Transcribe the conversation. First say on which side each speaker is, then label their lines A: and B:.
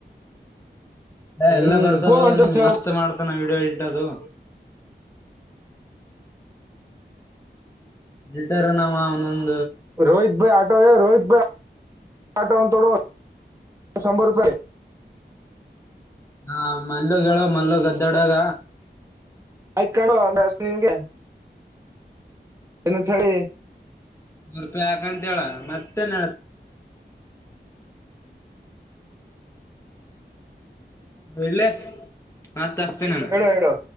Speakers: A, on the right (about 15°); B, on the left (about 15°).
A: ಹ್ಮ್
B: ಎಲ್ಲ ಬರ್ತದ
A: ಫೋನ್ ಹೊಂಟಂತ
B: ನೀ
A: ಹೇಳ
B: ಮಸ್ತ್ ಮಾಡ್ತಾನ ವಿಡಿಯೋ ಹಟ್ಟದು ಬಿಟ್ಟಾರ ನಾವ ಒಂದೊಂದ
A: ರೋಹತ್ ಭಾಯ ಆಟೋ ಯ ರೋಹತ್ ಭೈ ಆಟೋೋಡೋ ಶಂಭರ ರೂಪಾಯ
B: ಹಾ ಮಲ್ಲ ಹೇಳುವ ಮಲ್ಲ ಗದ್ದಾಡಾಗ
A: ಆಯ್ತ ಕಡುವ ಅಂದ್ರಸ್ ನಿನ್ಗೆ ಇನ್ನು ಚಡೆ
B: ನೂರು ರೂಪಾಯಿ ಹಾಕಂತ ಹೇಳ ಮತ್ತೆನ ಹಲ್ಲ ನತ್ತ ಅಸ್ತನಾನ
A: ಹೇಳು ಹೇಳು